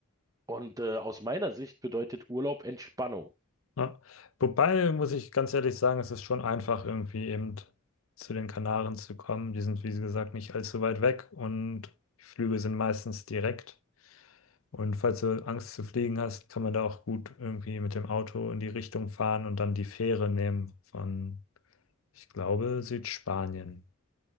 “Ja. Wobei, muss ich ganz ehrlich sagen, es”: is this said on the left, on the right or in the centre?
Left